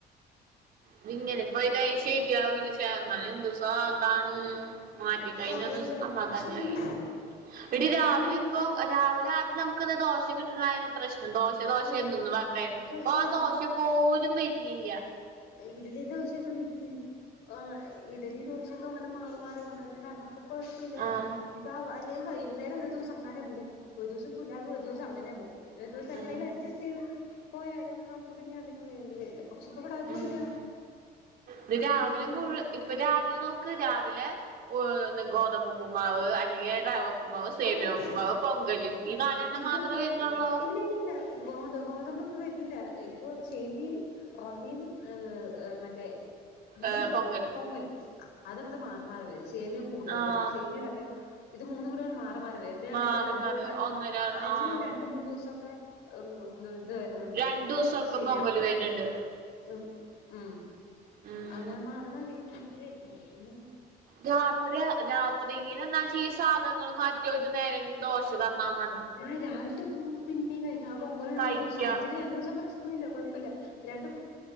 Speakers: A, on the right (about 65°); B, on the left (about 85°).
A: ഇത് ഇങ്ങനെ പോയി കഴിഞ്ഞാ ശെരി ആവുല <unintelligible> മാറ്റിക്കയിഞ്ഞ
B: അറിയില്ല
A: ഒന്ന് സമാധാനായി
B: പക്ഷെ ഇതിന്
A: എടീ രാവിലെ
B: ഇതിന്
A: ഇപ്പോ രാവിലെ അ നമ്മക്ക് ഇന്ന് ദോഷിം കിട്ട്ണായാലും പ്രശ്നം ദോശ ദോശ
B: ആഹ്
A: എന്നെന്നും പർഞ്ഞിട്ടായിരുന്നു
B: ദോശയായിരുന്നു
A: അപ്പൊ ആഹ് ദോശ പോലും വെര്ന്നില്ല
B: ഇഡലി ദോശയൊക്കെ മിക്സെ ആഹ് ഇഡലി ദോശയൊക്കെ അങ്ങനെ മാറി മാറി വന്നിട്ട്ണ്ടാര്ന്നപ്പോ കൊഴപ്പില്ലാര്ന്ന്
A: ആഹ്
B: ഇപ്പ ആഹ് അല്ലെങ്കി വൈക്ന്നോരം ഒര് ദു സം അങ്ങനെ പോകും ഒരുസം പുലാവ് ഒരുസം അങ്ങനെ പോകും പിറ്റേ ദിവസം എങ്ങനെലും
A: ഉം
B: അഡ്ജസ്റ്റ് ചെയ്ത് പോയാലും നമ്മക്ക് പിന്നെ അധികം വേണ്ടി വരില്ല പക്ഷേ ഇപ്പ ഇവടെ അതും
A: ഉം
B: ഇല്ല
A: ഇത് രാവിലെ
B: ഫുഡ് ഫുഡ്
A: മുഴുവ ഇപ്പ രാവിലെ നോക്ക് രാവിലെ ഗോതമ്പ് ഉപ്പ് മാവ് അല്ലെങ്കി റവ ഉപ്പ്മാവ് സേമ്യാ
B: അല്ലല്ല
A: ഉപ്പ്മാവ് പൊങ്കല്ല് ഈ നാലെണ്ണം
B: ഇപ്പൊ
A: മാത്ര വെര്ണേള്ളൂ
B: ഇല്ല ഇല്ല ഇല്ല ഗോത ഗോതമ്പ് ഇപ്പം വേര്ന്നില്ല ഇപ്പൊ സേമിയും റെവിം മറ്റേ എന്തണ്
A: ഏഹ് പൊങ്കല്
B: പൊങ്കലും അത് അങ്ങട് മാറി മാറി വെരും സേമ്യാ കൂട്തലും
A: ആഹ്
B: സേമ്യായും റവയും ഇത് മൂന്നും കൂടിയാണ് മാറി മാറി വേര എവടേലും
A: മാറി
B: രണ്ട്
A: മാറി
B: <unintelligible>
A: ഒന്നര
B: ആഴ്ച്ചേല്
A: ആഹ്
B: രണ്ട് മൂന്ന് ദിവസോക്കെ <unintelligible> ത് വെരുന്നുണ്ട്
A: രണ്ടു ദിവസൊക്കെ
B: സെമ്യാ
A: പൊങ്കല് വരുന്നുണ്ട്
B: ഉം ഉം
A: ഉം
B: അങ്ങനെ മാറി മാറിട്ടാണ് ഇത് വെര്നെത്
A: രാത്രിയാ രാത്രിങ്ങനെ എന്നല് ഇച്ച് ഈ സാധനങ്ങള് മറ്റി ഒര് നേരം ദോശ തന്നാ മ
B: ആഹ് രാവിൽത്തെ ഉപ്പ്മാവ് പിന്നെ ആഹ് പൊങ്കലോള്ളൂ
A: കഴിക്ക
B: ഒരുസം ആഴ്ച്ചേല് രണ്ടുസം പ്രശ്നല്ലാ കൊഴപ്പല്ല രണ്ടും